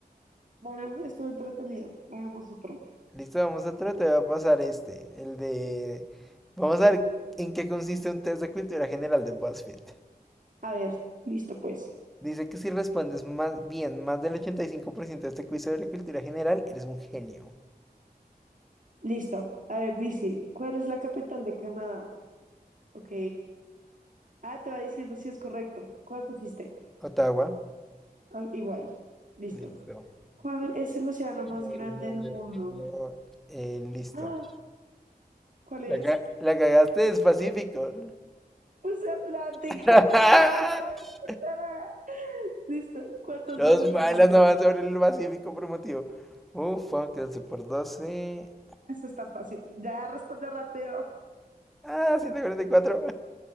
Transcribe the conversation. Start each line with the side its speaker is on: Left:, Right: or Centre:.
Right: Bueno, estuvo entretenido. Hagamos otro.
Centre: Listo, vamos a tratar de pasar este, el de... Vamos a ver en qué consiste un test de cultura general de BuzzFeed.
Right: A ver, listo pues.
Centre: Dice que si respondes más bien más del 85% de este quiz sobre cultura general, eres un genio.
Right: Listo. A ver, dice, ¿cuál es la capital de Canadá? Ok. Ah, te va diciendo si es correcto. ¿Cuál pusiste?
Centre: Ottawa,
Right: Ah, igual. Listo.
Centre: Listo.
Right: ¿Cuál es el océano más
Centre: Ahí
Right: grande
Centre: es donde
Right: del mundo?
Centre: no- eh, listo.
Right: Ah, ¿cuál es?
Centre: La, ca- la cagaste del Pacífico.
Right: Puse Atlántico.
Centre: <laughs>
Right: <laughs> Ah, Listo. ¿Cuántos
Centre: Los
Right: 12 por
Centre: malas
Right: 12?
Centre: no van sobre el Pacífico por un motivo. Uh, fuck, 12 por 12.
Right: Eso está fácil. Ya responde rápido. <laughs>
Centre: Ah, ciento cuarenta y cuatro